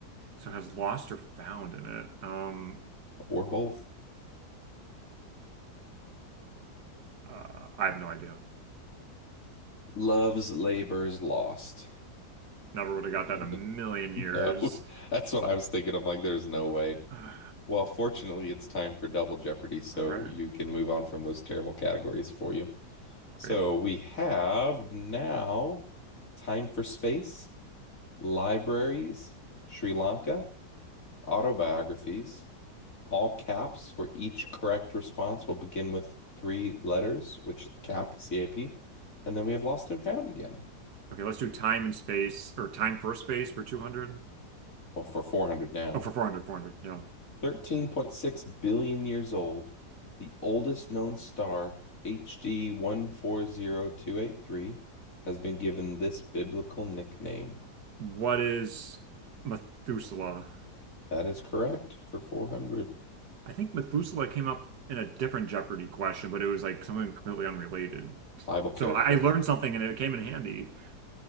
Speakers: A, on the right (about 70°); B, on the left (about 50°).
A: So it has lost or found in it. Um,
B: or both.
A: uh, I have no idea.
B: Love's Labor's Lost.
A: Never would have
B: <laughs>
A: got that in a million
B: No,
A: years.
B: that's what I was thinking. I'm like, there's no way.
A: <sighs> Uh,
B: Well, fortunately, it's time for Double Jeopardy, so
A: all right,
B: you can move on from those terrible categories for you. So
A: great.
B: we have now Time for Space, Libraries, Sri Lanka, Autobiographies, all caps, where each correct response will begin with three letters, which cap,
A: Yeah.
B: CAP. And then we have Lost and Found again.
A: Okay, let's do time and space or time for space for 200.
B: Well, for 400 now.
A: Oh, for 400, 400. Yeah.
B: 13.6 billion years old, the oldest known star, HD 140283, has been given this biblical nickname.
A: What is Methuselah?
B: That is correct for 400.
A: I think Methuselah came up in a different Jeopardy question, but it was like something completely unrelated. <laughs>
B: Bible character.
A: So I, I learned something and it came in handy.